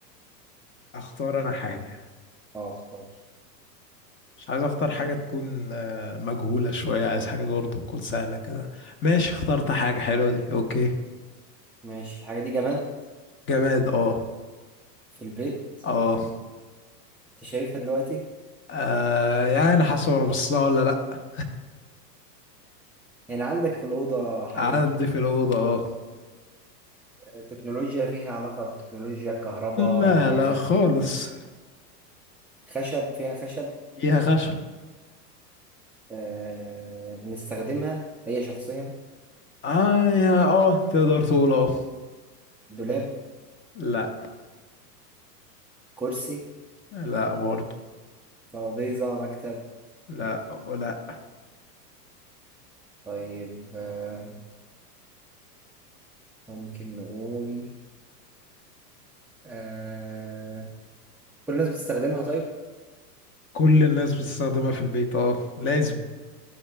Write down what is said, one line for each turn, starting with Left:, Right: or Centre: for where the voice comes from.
Left: اختار انا حاجة
Centre: اه اختار
Left: مش عايز اختار حاجة تكون آه، مجهولة شوية عايز حاجة برضه تكون سهلة كده ماشي اخترت حاجة حلوة دي اوكي
Centre: ماشي الحاجة دي جماد
Left: جماد اه
Centre: في البيت
Left: اه
Centre: انت شايفها دلوقتي
Left: آه، يعني حسب انا بصلها ولا لا
Centre: يعني عندك في الأوضة حاليا
Left: عندي في الأوضة اه
Centre: آه، تكنولوجيا فيها علاقة بالتكنولوجيا الكهرباء
Left: لا
Centre: الأجهزة
Left: لا خالص
Centre: خشب فيها خشب
Left: فيها خشب
Centre: آه بنستخدمها هي شخصيا
Left: اه يا اه تقدر تقول اه
Centre: دولاب
Left: لا
Centre: كرسي
Left: لا برضه
Centre: ترابيزة مكتب
Left: لا لا
Centre: طيب آه، ممكن نقول آه... كل الناس بتستخدمها طيب
Left: كل الناس بتستخدمها في البيت اه لازم